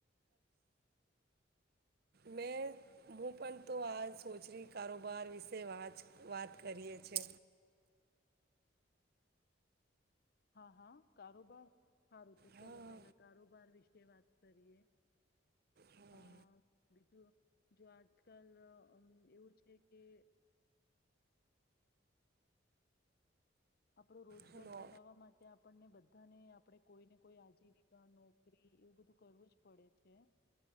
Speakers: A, on the right; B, on the left.
A: મે હું પણ તો આ સોચરી કારોબાર વિશે વા વાત કરીયએ છે.
B: હા હા કારોબાર સારું તો ચલો
A: હા
B: પેલા કારોબાર વિશે વાત કરીએ
A: હા
B: અ બીજું જો આજકાલ એવું છે કે આપડો રોજ
A: હલો
B: ઘર ચલાવવા માટે અપ આપણને બધાને આપણે કોઈને કોઈ આજીવિકા નોકરી એવું બધું કરવું જ પડે છે.